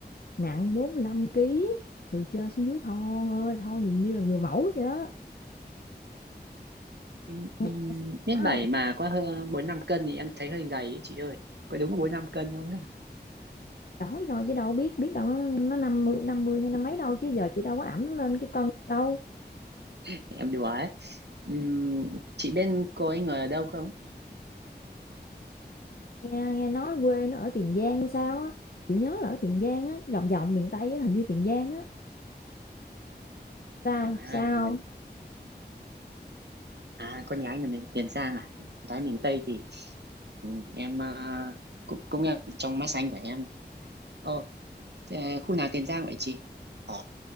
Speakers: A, on the left; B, on the right.
A: nặng 45 ký từ trên xuống dưới thon ơi là thon nhìn như là người mẫu vậy đó
B: Ừm, ừm,
A: nghe
B: Mét
A: đã không
B: bảy mà có hơn bốn năm cân thì em thấy hơi gầy ấy chị ơi. Có đúng bốn năm cân không ấy?
A: đổ thôi chứ đâu biết biết đâu nó nó năm mươi năm mươi hay năm mấy đâu chứ giờ chị đâu có ẵm nó lên cái cân đâu
B: Thì Em đùa ấy. Ừm, chị bên cô ấy người ở đâu không?
A: nghe nghe nói quê nó ở Tiền Giang hay sao á chị nhớ là ở Tiền Giang á vòng vòng miền Tây á hình như Tiền Giang á sao
B: À,
A: sao
B: người
A: không
B: À, con gái người miền Tiền Giang à? Gái miền Tây thì ừ, em à, cũng cũng em trong mắt xanh của em. Ồ, thế khu nào Tiền Giang vậy chị? Ở